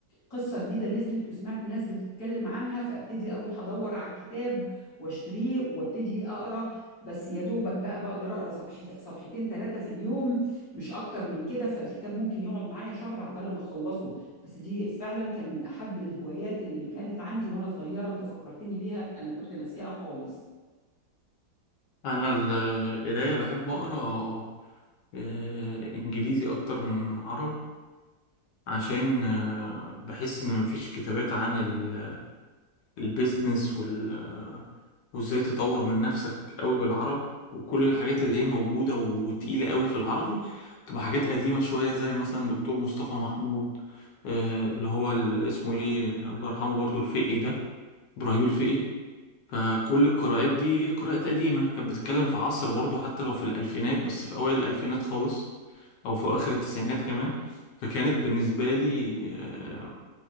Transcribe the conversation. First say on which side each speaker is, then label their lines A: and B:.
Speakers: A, on the left; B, on the left.
A: قصة جديدة نزلت وسمعت ناس بتتكلم عنها فابتدي اروح ادور على الكتاب واشتريه وابتدي اقرا بس يا دوبك بقى بقدر اقرا صفح صفحتين ثلاثة في اليوم مش اكتر من كده فالكتاب ممكن يقعد معايا شهر عبال ما اخلصه بس دي فعلا كان من احب الهوايات اللي كانت عندي وانا صغيرة انت فكرتني بيها انا كنت ناسيها خالص
B: أنا ال- القراية بحب أقرأ آه، إنجليزي أكتر من عربي عشان آه، بحس ان مفيش كتابات عن ال- البيزنس وال آه، وازاي تطور من نفسك قوي بالعربي وكل الحاجات اللي هي موجودة وتقيلة قوي في العربي تبقى حاجات قديمة شوية زي مثلا دكتور مصطفى محمود آه، اللي هو ال- اسمه ايه الله يرحمه برضو الفقي ده ابراهيم الفقي فكل القراءات دي قراءات قديمة كانت بتتكلم في عصر برضو حتى لو في الألفينات بس في أوائل الألفينات خالص أو في أواخر التسعينات كمان فكانت بالنسبة لي آه،